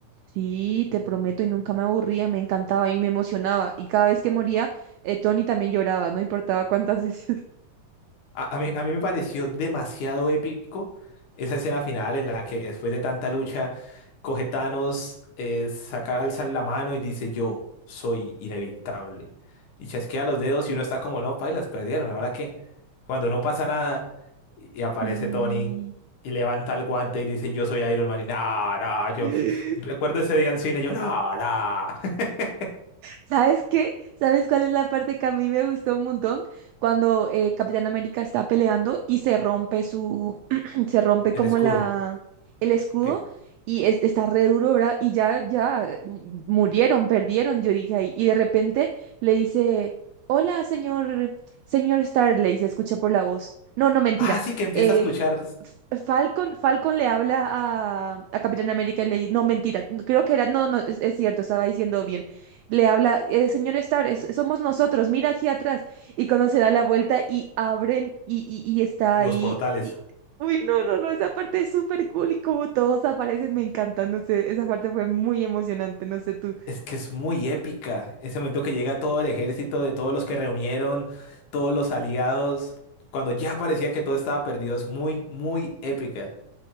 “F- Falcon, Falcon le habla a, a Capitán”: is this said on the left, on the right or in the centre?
Right